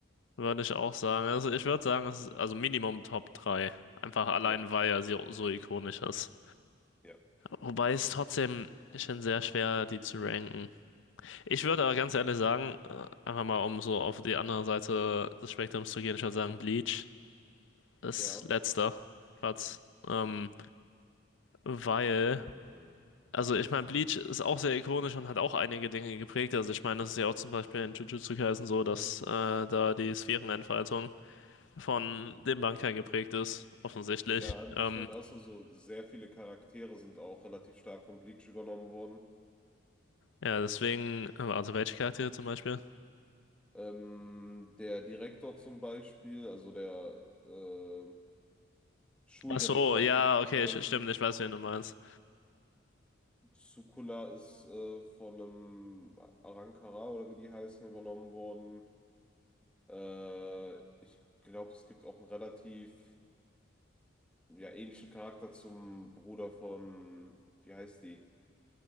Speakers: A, on the left; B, in the centre.
A: würde ich auch sagen. Also ich würde sagen, es ist also Minimum Top 3. Einfach allein,
B: Ja,
A: weil er so, so ikonisch ist.
B: ja,
A: Wobei es trotzdem, ich finde, sehr schwer, die zu ranken. Ich würde aber ganz ehrlich sagen, äh, einfach mal um so auf die andere Seite des Spektrums zu gehen, ich würde sagen, Bleach ist
B: ja.
A: letzter Platz. Ähm, weil,
B: Ähm,
A: also ich meine, Bleach ist auch sehr ikonisch und hat auch einige Dinge geprägt. Also ich meine, das ist ja auch zum Beispiel in Jujutsu Kaisen so, dass äh, da die Sphärenentfaltung von dem Bankai geprägt ist, offensichtlich.
B: Ja, nicht
A: Ähm,
B: nur das, also sehr viele Charaktere sind auch relativ stark von Bleach übernommen worden.
A: ja, deswegen, also welche Charaktere zum Beispiel?
B: Ähm, der Direktor zum Beispiel, also der äh, Schuldirektor
A: Ach so, ja,
B: aus Jujutsu
A: okay,
B: Kaisen,
A: sch- stimmt, ich weiß, wen du meinst.
B: Sukuna ist äh, von einem Arankara oder wie die heißen, übernommen worden. Äh, ich glaube, es gibt auch einen relativ ja, ähnlichen Charakter zum Bruder von, wie heißt die?